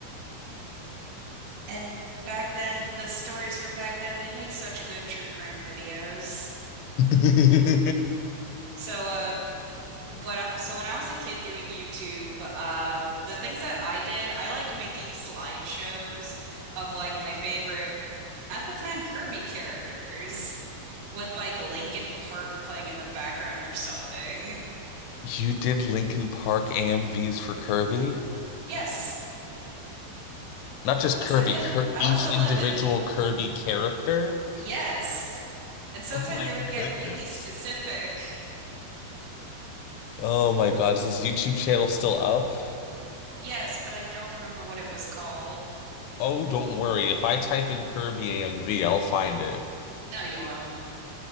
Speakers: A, on the right; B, on the left.
A: And back then, the stories from back then, they make such good true crime videos.
B: <laughs>
A: So, uh, what I, so when I was a kid doing YouTube, uh, the things that I did, I liked making slideshows of like my favorite at the time Kirby characters with like Linkin Park playing in the background or something.
B: You did Lincoln Park AMVs for Kirby?
A: Yes,
B: Not just
A: yes,
B: Kirby,
A: I did.
B: Kir
A: I
B: each
A: was 11.
B: individual Kirby character?
A: Yes. And sometimes
B: Oh my
A: they
B: goodness.
A: would get really specific.
B: Oh my God, is this YouTube channel still up?
A: Yes, but I don't remember what it was called.
B: Oh, don't worry. If I type in Kirby AMV, I'll find it.
A: No, you won't.